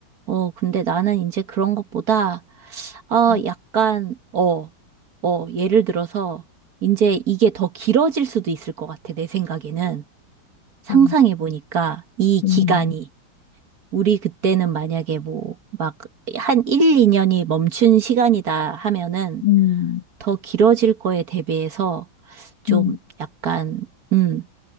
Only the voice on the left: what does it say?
음.
아.
음,
음,
음.